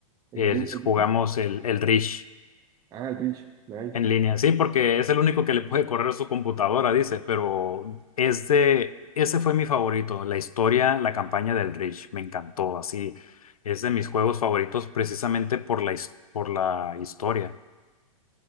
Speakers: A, on the right (about 20°); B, on the left (about 80°).
A: En
B: Es-
A: el, el-
B: jugamos el, el Rish
A: ah, el rich nice.
B: en línea, sí, porque es el único que le puede correr su computadora, dice, pero este, ese fue mi favorito, la historia, la campaña del Rish, me encantó, así, es de mis juegos favoritos precisamente por la, his- por la historia.